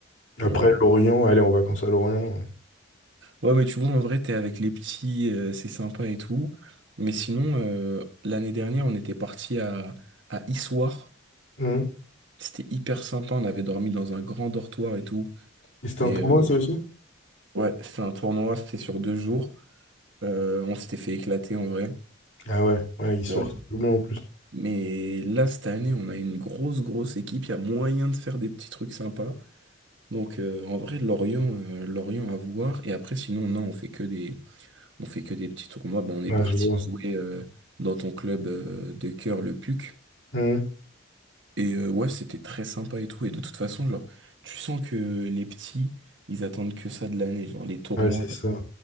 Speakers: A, on the left; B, on the right.
A: Après,
B: Genre,
A: Lorient, aller en vacances à Lorient.
B: ouais, mais tu vois, en vrai, t'es avec les petits, euh, c'est sympa et tout. Mais sinon, euh, l'année dernière, on était parti à, à Issoire.
A: Hum.
B: C'était hyper sympa. On avait dormi dans un grand dortoir et tout.
A: Et c'était
B: Et
A: un tournoi,
B: euh,
A: ça aussi?
B: ouais, c'est un tournoi, c'était sur deux jours. Euh, on s'était fait éclater en vrai.
A: Ah ouais, ouais, ils sortent
B: Ouais.
A: tout bien en plus.
B: Mais là, cette année, on a une grosse, grosse équipe. Il y a moyen de faire des petits trucs sympas. Donc, euh, en vrai, Lorient, euh, Lorient à voir. Et après, sinon, non, on fait que des, on fait que des petits tournois. Ben, on est
A: Ouais,
B: parti
A: je vois.
B: jouer euh, dans ton club euh, de cœur, le PUC.
A: Hum.
B: Et euh, ouais, c'était très sympa et tout. Et de toute façon, genre, tu sens que les petits, ils attendent que ça de l'année. Genre, les tournois,
A: Ouais, c'est
B: parce
A: ça.
B: que